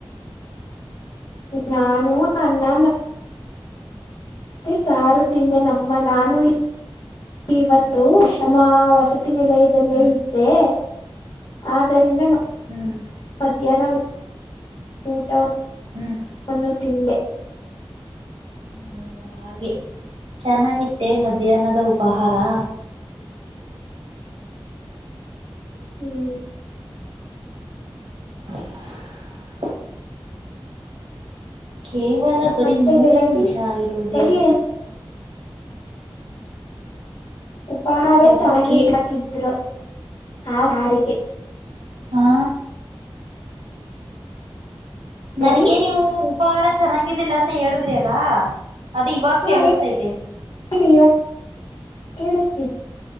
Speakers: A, on the left; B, on the right.
A: ನಾನು ಅನ್ನ ಮತ್ತೆ ಮತ್ತೆ ಸಾರು ತಿಂದೆ ನಮ್ಮ ನಾನು ಇವತ್ತು
B: ಹ್ಮ್
A: ನಮ್ಮ ವಸತಿ ನೆಲಯ ಇಲ್ಲೇ
B: ಹ್ಮ್
A: ಇದೆ ಆದ್ದರಿಂದ
B: ಹ್ಮ್
A: ಮಧ್ಯಾಹ್ನ ಊಟವನ್ನು
B: ಹ್ಮ್
A: <unintelligible> ತಿಂದೆ
B: ಹುಂ ಹಾಗೆ ಚೆನ್ನಾಗಿತ್ತೆ ಮಧ್ಯಾಹ್ನದ ಉಪಾಹಾರಾ.
A: ಹುಂ
B: <inaudible> ಕೇವಲ ಬರೀ
A: ಮತ್ತೆ
B: ಮೂರೇ
A: ಗೆಳತಿ
B: ನಿಮಿಷ ಆಗಿರುವುದೇ.
A: ಬೆಳಗ್ಗೆ ಉಪಾಹಾರ
B: ಯಾಕೋಕೆ
A: ಚೆನ್ನಾಗಿಲ್ಲ ಹಾಕಿತ್ತರು ಆ ಸಾರಿಗೆ <unintelligible>
B: ಹಾ
A: ಎಲ್ಲರಿ
B: ನನ್ಗೆ ನೀವು ಉಪಹಾರ ಚೆನ್ನಾಗಿರ್ಲಿಲ್ಲ ಅಂತ ಹೇಳುದ್ರಿ ಅಲ್ಲಾ ಅದು ಇವಾಗ
A: ಹಾ
B: ಕೇಳಿಸತೈತೆ.
A: ಹೇಳಿ ಇವತ್ತು ಕೇಳಿಸ್ತೀನಿ